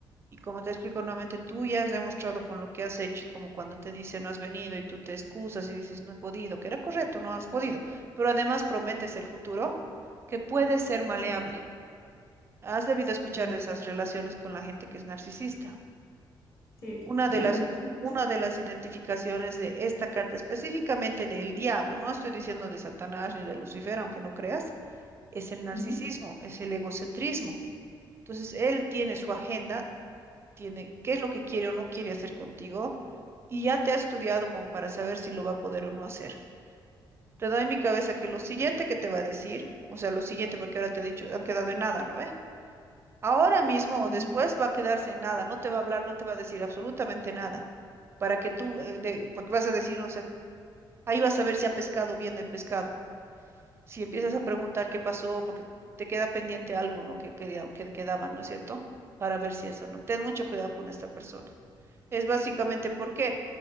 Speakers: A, on the right; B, on the left.
A: Y como te explico nuevamente, tú ya has demostrado con lo que has hecho y como cuando te dice no has venido y tú te excusas y dices no he podido, que era correcto, no has podido. Pero además prometes el futuro que puede ser maleable. Has debido escuchar
B: Mm,
A: de esas relaciones con la gente que es narcisista.
B: sí.
A: Una
B: <laughs>
A: de las, una de las identificaciones de esta carta, específicamente del diablo, no estoy diciendo de Satanás ni de Lucifer, aunque no creas, es el narcisismo,
B: Ujú,
A: es el egocentrismo. Entonces, él tiene su agenda, tiene qué es lo que quiere o no quiere hacer contigo, y ya te ha estudiado como para saber si lo va a poder o no hacer. Te doy en mi cabeza que lo siguiente que te va a decir, o sea, lo siguiente, porque ahora te ha dicho, han quedado en nada, ¿no ve? Ahora mismo o
B: ujú,
A: después va a quedarse en nada, no te va a hablar, no te va a decir absolutamente nada, para que tú, eh, de- porque vas a decir, no sé, ahí vas a ver si ha pescado bien el pescado. Si empiezas a preguntar qué pasó, porque te queda pendiente algo, ¿no? Que, quería- que quedaba, ¿no es cierto? Para ver si eso no. Ten mucho cuidado con esta persona. Es básicamente porque